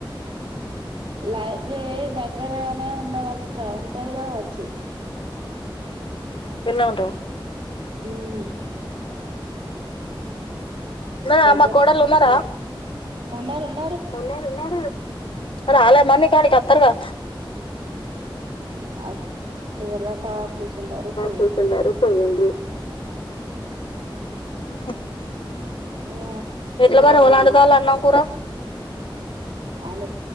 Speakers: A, on the right (about 80°); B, on the left (about 75°).
A: లైబ్రరీ దగ్గరనే ఉండవచ్చు రా ఉంటది కావచ్చు
B: <unintelligible> ఉంటద
A: మ్మ్
B: నా
A: దగ్గర
B: అమ్మే కోడల్ ఉన్నార
A: ఉన్నారు ఉన్నా
B: ఉన్నడున్నడు రాలే మరి నీకాడికి అత్తారుగా
A: అట్ ఇవరిదాకా కూసున్నరు పోయిండ్రు.
B: కూర్చున్నారు పోయింది మ్మ్ హు
A: ఇగ
B: ఎట్ల గట్ల ఎవండుతాళ్లు అన్నం కూర
A: ఆండ్